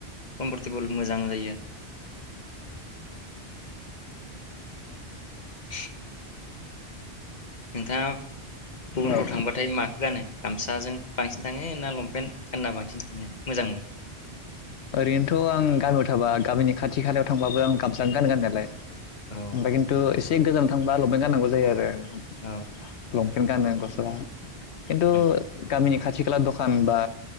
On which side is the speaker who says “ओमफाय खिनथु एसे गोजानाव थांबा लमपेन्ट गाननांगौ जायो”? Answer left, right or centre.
Left